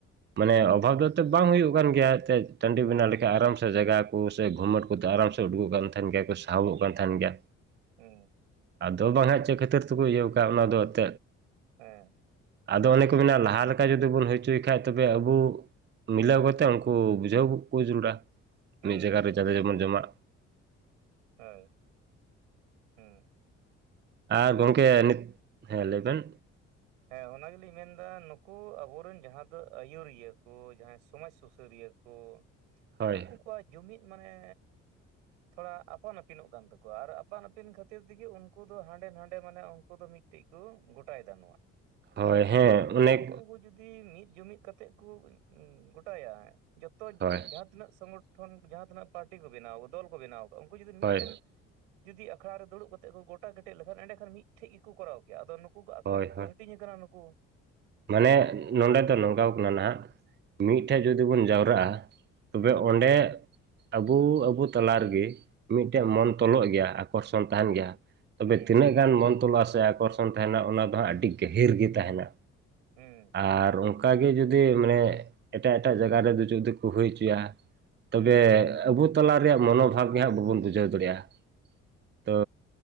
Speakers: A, on the right (about 30°); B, on the right (about 85°).
A: ᱢᱟᱱᱮ ᱚᱵᱷᱟᱵᱽ ᱫᱚ ᱮᱛᱮᱫ ᱵᱟᱝ ᱦᱩᱭᱩᱜ ᱠᱟᱱ ᱜᱮᱭᱟ ᱮᱱᱛᱮᱫᱼᱼ ᱴᱟᱺᱰᱤ
B: ᱦᱮᱸ
A: ᱵᱮᱱᱟᱣ ᱞᱮᱠᱟᱱᱡ ᱟᱨᱟᱢ ᱥᱮ ᱡᱟᱭᱜᱟ ᱠᱚ ᱥᱮ ᱜᱩᱢᱟᱹᱴ ᱠᱚᱛᱮ ᱟᱨᱟᱢ ᱥᱮ ᱩᱰᱩᱠᱚᱜ ᱠᱟᱱ ᱛᱟᱦᱮᱱ ᱜᱮᱭᱟ ᱠᱚ ᱥᱟᱦᱚᱵᱚᱜ ᱠᱟᱱ ᱛᱟᱦᱮᱱ ᱜᱮᱭᱟ᱾
B: ᱚᱸ
A: ᱟᱫᱚ ᱵᱟᱝ ᱦᱟᱜ ᱪᱮᱫ ᱠᱷᱟᱹᱛᱤᱨ ᱛᱮᱠᱚ ᱤᱭᱟᱹᱣ ᱠᱟᱜ ᱚᱱᱟᱫᱚ ᱮᱱᱮᱫᱼᱼ
B: ᱦᱮᱸ
A: ᱟᱫᱚ ᱚᱱᱮ ᱠᱚ ᱢᱮᱱᱟ ᱞᱟᱦᱟ ᱞᱮᱠᱟ ᱡᱩᱫᱤ ᱵᱚᱱ ᱦᱩᱭ ᱦᱚᱪᱚᱭ ᱠᱷᱟᱡ ᱛᱚᱵᱮ ᱟᱵᱚᱼᱼ ᱢᱤᱞᱟᱹᱣ ᱠᱟᱛᱮᱜ ᱩᱱᱠᱩ ᱵᱩᱡᱷᱟᱹᱣ ᱠᱚ ᱡᱟᱹᱨᱩᱲᱟ
B: ᱦᱩᱸ
A: ᱢᱤᱫ ᱡᱟᱭᱜᱟ
B: ᱦᱩᱸ
A: ᱨᱮ ᱡᱟᱛᱮ ᱡᱮᱢᱚᱱ ᱡᱚᱢᱟᱜᱼᱼ
B: ᱦᱳᱭ ᱦᱮᱸ
A: ᱟᱨ ᱜᱚᱝᱠᱮ ᱱᱤᱛ ᱦᱮᱸ ᱞᱟᱹᱭ ᱵᱮᱱ?
B: ᱦᱮᱸ ᱚᱱᱟ ᱜᱮᱞᱤᱧ ᱢᱮᱱᱫᱟ ᱱᱩᱠᱩ ᱟᱵᱚᱨᱮᱱ ᱡᱟᱦᱟᱸ ᱡᱟᱦᱟᱸ ᱫᱚ ᱟᱹᱭᱩᱨᱤᱭᱟᱹ ᱠᱚ ᱡᱟᱦᱟᱸᱭ ᱥᱚᱢᱟᱡᱽ ᱥᱩᱥᱟᱹᱨᱤᱭᱟᱹ ᱠᱚ,
A: ᱦᱳᱭ
B: ᱱᱩᱠᱩ ᱠᱚᱣᱟᱜ ᱡᱩᱢᱤᱫ ᱢᱟᱱᱮᱼᱼ ᱛᱷᱚᱲᱟ ᱟᱯᱟᱱ ᱟᱹᱯᱤᱱᱚᱜ ᱠᱟᱱ ᱛᱟᱠᱚᱣᱟ ᱟᱨ ᱟᱯᱟᱱ ᱟᱹᱯᱤᱱ ᱠᱷᱟᱹᱛᱤᱨ ᱛᱮᱜᱮ ᱩᱱᱠᱩ ᱫᱚ ᱦᱟᱸᱰᱮ ᱱᱟᱷᱟᱰᱮ ᱢᱟᱱᱮ ᱩᱱᱠᱩ ᱫᱚ ᱢᱤᱫᱼᱼ ᱢᱤᱫᱴᱤᱡ ᱠᱚ ᱜᱚᱴᱟᱭ ᱮᱫᱟ ᱱᱚᱣᱟ᱾
A: ᱦᱳᱭ ᱦᱮᱸ
B: ᱠᱟᱨᱚᱱ
A: ᱚᱱᱮᱠ
B: ᱩᱱᱠᱩ ᱠᱚ ᱡᱩᱫᱤ ᱢᱤᱫ ᱡᱩᱢᱤᱫ ᱠᱟᱛᱮᱜ ᱠᱚ ᱜᱚᱴᱟᱭᱟ᱾ ᱡᱚᱛᱚ
A: ᱦᱳᱭ
B: ᱡᱟᱦᱟᱸ ᱛᱤᱱᱟᱹᱜ ᱥᱚᱝᱜᱚᱴᱷᱚᱱ ᱡᱟᱦᱟᱸ ᱛᱤᱱᱟᱹᱜ ᱯᱟᱨᱴᱤ ᱠᱚ ᱵᱮᱱᱟᱣ ᱫᱚᱞ ᱠᱚ ᱵᱮᱱᱟᱣᱟᱼᱼ ᱩᱱᱠᱩ ᱡᱩᱫᱤ
A: ᱦᱳᱭ
B: ᱢᱤᱫᱴᱮᱱᱼᱼ ᱡᱩᱫᱤ ᱟᱠᱷᱲᱟ ᱨᱮ ᱫᱩᱲᱩᱵ ᱠᱟᱛᱮ ᱠᱚ ᱜᱚᱴᱟ ᱠᱮᱴᱮᱡ ᱞᱮᱠᱷᱟᱱ ᱮᱸᱰᱮᱠᱷᱟᱱ ᱢᱤᱫᱴᱷᱮᱱ ᱜᱮᱠᱚ ᱠᱚᱨᱟᱣ ᱠᱮᱭᱟ ᱟᱫᱚ ᱱᱩᱠᱩ ᱠᱚ ᱟᱠᱚ
A: ᱦᱳᱭ
B: ᱜᱮᱼᱼ
A: ᱦᱳᱭ
B: ᱦᱟᱹᱴᱤᱧ ᱟᱠᱟᱱᱟ ᱱᱩᱠᱩᱼᱼ
A: ᱢᱟᱱᱮ ᱱᱚᱰᱮ ᱫᱚ ᱱᱚᱝᱠᱟ ᱠᱟᱱᱟ ᱱᱟᱦᱟᱜ
B: ᱦᱩᱸ
A: ᱢᱤᱫᱴᱷᱮᱡᱼᱼ ᱡᱩᱫᱤ ᱵᱚᱱ ᱡᱟᱣᱨᱟᱜᱼᱟ ᱛᱚᱵᱮ
B: ᱦᱩᱸ
A: ᱚᱸᱰᱮ ᱟᱵᱚ ᱟᱵᱚ ᱛᱟᱞᱟ ᱨᱮᱜᱮ ᱢᱤᱫᱴᱮᱱ ᱢᱚᱱ ᱛᱚᱞᱚᱜ ᱜᱮᱭᱟ ᱟᱠᱚᱨᱥᱚᱱ ᱛᱟᱦᱮᱱ ᱜᱮᱭᱟ ᱛᱚᱵᱮ
B: ᱦᱩᱸ
A: ᱛᱤᱱᱟᱹᱜ ᱜᱟᱱ ᱢᱚᱱᱛᱚᱞᱟ ᱥᱮ ᱟᱠᱚᱨᱥᱚᱱ ᱛᱟᱦᱮᱱᱟ ᱚᱱᱟ ᱫᱚ ᱦᱟᱸᱜ ᱟᱹᱰᱤ ᱜᱟᱹᱦᱤᱨ ᱜᱮ ᱛᱟᱦᱮᱱᱟ᱾
B: ᱦᱩᱸ ᱦᱩᱸ
A: ᱟᱨ ᱚᱱᱠᱟᱜᱮ ᱡᱩᱫᱤ ᱢᱟᱱᱮ ᱮᱴᱟᱜ-ᱮᱴᱟᱜ ᱡᱟᱭᱜᱟ ᱨᱮ ᱡᱩᱫᱤ ᱠᱚ ᱦᱩᱭ ᱦᱚᱪᱚᱭᱟ ᱛᱚᱵᱮ
B: ᱦᱩᱸ
A: ᱟᱵᱚ ᱛᱟᱞᱟ ᱨᱮᱭᱟᱜ ᱢᱚᱱᱳᱵᱷᱟᱵᱽ ᱜᱮᱦᱟᱸᱜ ᱵᱟᱵᱚᱱ ᱵᱩᱡᱷᱟᱹᱣ ᱫᱟᱲᱮᱭᱟᱜᱼᱟ᱾ ᱛᱚ